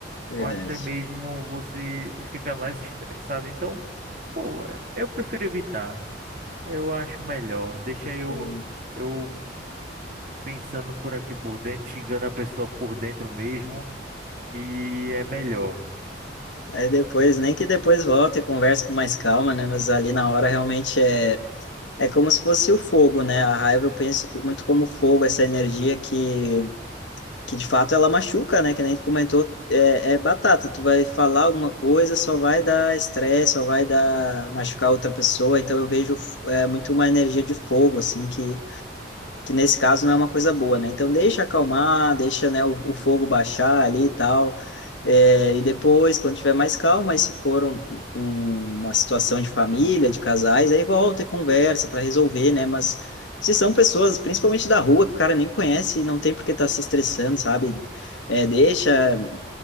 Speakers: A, on the left; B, on the right.
A: Verdade.
B: ou até mesmo você fica mais estressado. Então, pô, é- eu prefiro evitar. Eu acho melhor. Deixa eu,
A: Bom,
B: eu pensando por aqui por dentro, xingando a pessoa por dentro mesmo, e é melhor.
A: Aí depois, nem que depois volte e converse com mais calma, né? Mas ali na hora realmente é. É como se fosse o fogo, né? A raiva eu penso muito como fogo, essa energia que, que de fato ela machuca, né? Que nem tu comentou, é, é batata. Tu vai falar alguma coisa, só vai dar estresse, só vai dar machucar outra pessoa. Então eu vejo é, muito uma energia de fogo, assim, que que nesse caso não é uma coisa boa, né? Então deixa acalmar, deixa, né, o, o fogo baixar ali e tal. É, e depois, quando tiver mais calma, aí se for um- um- uma situação de família, de casais, aí volta e conversa para resolver, né? Mas se são pessoas, principalmente da rua, que o cara nem conhece, não tem por que estar se estressando, sabe? É, deixa